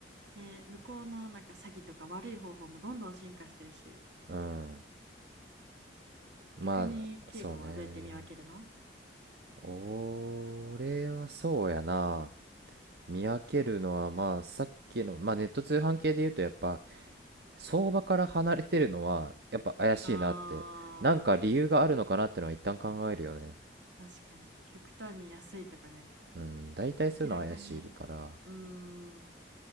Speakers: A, on the right (about 75°); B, on the right (about 60°).
A: ね、向こうのなんか詐欺とか悪い方法もどんどん進化してるし、
B: うんまあそうね
A: 逆に稽古はどうやって見分けるの
B: 俺はそうやな見分けるのはまあさっきのまあネット通販系で言うとやっぱ相場から離れてるのはやっぱ怪しいなってなんか理由があるのかなってのは一旦考えるよね
A: あー、確かに。極端に安いとかね。
B: うん大体そういうのは怪しいから
A: 明らかに。うーん。